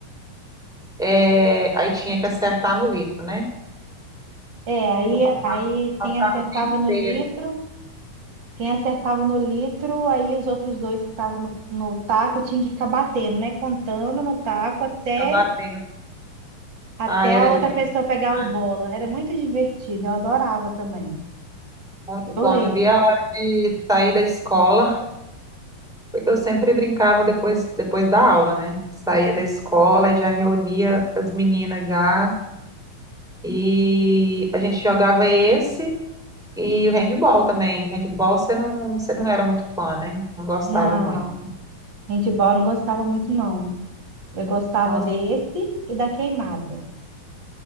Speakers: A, in the centre; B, on the right.
A: é, aí tinha que acertar no litro, né?
B: É, aí,
A: Eu passava,
B: aí
A: passava
B: quem acertava
A: o dia inteiro,
B: no litro Quem acertava no litro, aí os outros dois que estavam no, no taco tinham que ficar batendo, né? Contando no taco até,
A: tá batendo.
B: até
A: Ai, era
B: a outra
A: divertido.
B: pessoa pegar
A: né?
B: o bola. Era muito divertido, eu adorava também.
A: Muito
B: Eu
A: bom,
B: lembro.
A: não via a hora de sair da escola. Porque eu sempre brincava depois, depois da aula, né? Saía da escola e já reunia as meninas já. E a gente jogava esse e o handball também. O handball você não, você não era muito fã, né? Não gostava
B: Não,
A: muito.
B: handball eu não gostava muito, não. Eu gostava
A: Nossa,
B: desse e da queimada.